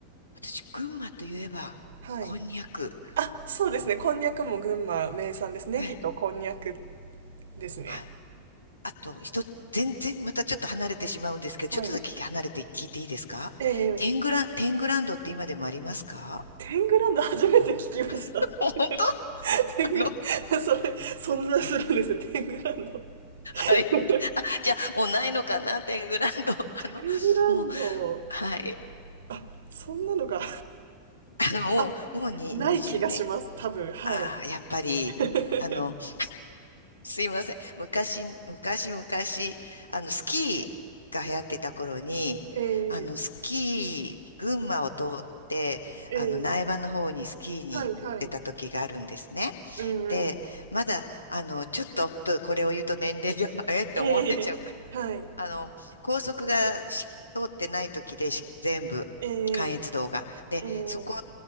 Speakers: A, on the left; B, on the right.
A: 私、群馬といえば、
B: はい。
A: こんにゃく。
B: あ、そうですね。こんにゃくも群馬名産です。ネギとこんにゃく
A: ええ、
B: ですね。
A: はい。あと、一つ、全然またちょっと離れてしまうんですけど、
B: はい。
A: ちょっとだけ離れて聞いていいですかテングラ、
B: ええ
A: テングランドって今でもありますか
B: テングランド初めて聞きました。
A: <laughs> 本当あ
B: <laughs> テングラ、
A: の
B: <laughs> それ、存在するんですよ、テングランド。<laughs>
A: はい。<laughs> あ、じゃあ、もうないのかな、テングランド。<laughs> あの、
B: テングランド、
A: もう、はい。
B: あ、そんなのが、
A: <laughs> あの、もう、
B: あ、
A: もうに20年。
B: ない気がします、多分、はい。
A: ああ、
B: <laughs>
A: やっぱり、あの、すいません。昔、昔、昔、あの、スキーが流行ってた頃に、
B: ええ
A: あの、スキー、群馬を通って、
B: ええ
A: あの、苗場の方にスキーに行ってた時があるんですね。
B: はい、はい。うんうん。
A: で、まだ、あの、ちょっと、これを言うと年齢が、<laughs> えって思われちゃうか
B: ええはい。
A: あの、高速がし通ってない時でし全部、
B: え
A: 関越道が。で、
B: えええ
A: そこ、